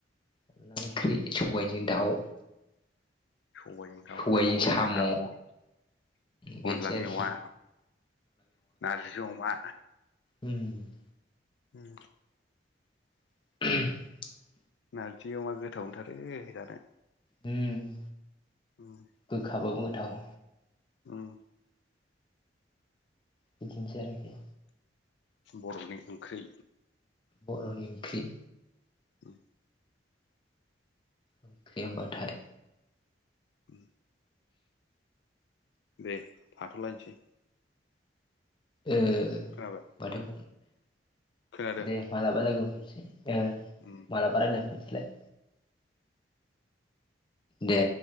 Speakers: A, on the left; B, on the left.
A: अनला ओंख्रि सबायाइजों दाउ।
B: सबायाइजों दाव
A: सबायजों
B: सबाइजों
A: साम'
B: साम'।
A: बेनोसै
B: अनला
A: आरोखि
B: मेवा नारजि अमा।
A: हम
B: <unintelligible>
A: <unintelligible>
B: नारजि अमा गोथाव मोनथारो जानो।
A: उम
B: उम
A: गोखाबाबो गोथाव।
B: उम।
A: बेदिनसै आरोखि।
B: बर'नि ओंख्रि।
A: बर'नि ओंख्रि।
B: उम।
A: ओंख्रि होमबाथाय
B: उम। दे थाथ'लायनोसै।
A: ए
B: खोनाबाय
A: माथो
B: खोनादों
A: दे मालाबा लोगो मोनफिननोसै
B: उम
A: मालाबा रायज्लाय फिननोसैलाय। दे।